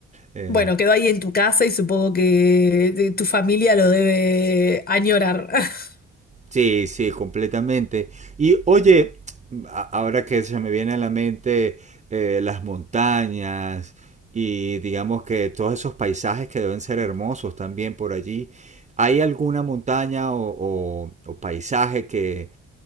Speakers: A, on the right; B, on the left.
A: eh,
B: Bueno, quedó ahí en tu casa y supongo que de- tu familia lo debe añorar. <laughs>
A: Sí, sí, completamente. Y oye, a- ahora que se me viene a la mente eh, las montañas y digamos que todos esos paisajes que deben ser hermosos también por allí, ¿hay alguna montaña o, o- o paisaje que